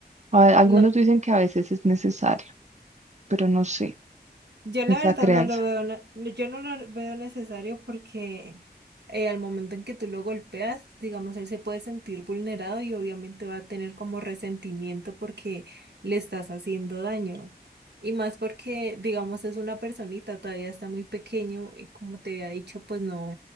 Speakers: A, on the right; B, on the right.
A: a- algunos
B: No,
A: dicen que a veces es necesario, pero no sé.
B: Yo la
A: esa
B: verdad
A: crianza.
B: no lo veo, ne- yo no lo veo necesario porque eh, al momento en que tú lo golpeas, digamos, él se puede sentir vulnerado y obviamente va a tener como resentimiento porque le estás haciendo daño. Y más porque, digamos, es una personita, todavía está muy pequeño y como te había dicho, pues no,